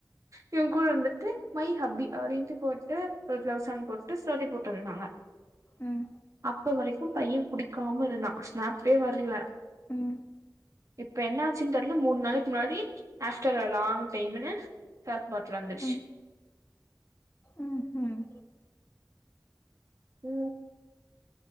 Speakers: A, on the right (about 45°); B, on the left (about 25°).
A: இவ கூட வந்துட்டு மை ஹப்பி அப்டின்ட்டு போட்டு ஒரு பிலவ் சாங் போட்டு ஸ்டோரி போட்ருந்தாங்க
B: ம்
A: அப்ப வரைக்கும் பைய புடிக்காம இருநா மேப்பே வர்ல
B: ம்
A: இப்ப என்னாச்சுன் தெர் நல்ல மூண் நாளைக்கி முன்னாடி ஆஃப்டர்ரெ லாங் டைமுன்னு சரக் பாட்ல் வந்துர்ச்
B: ம் ம் ஹும்
A: அ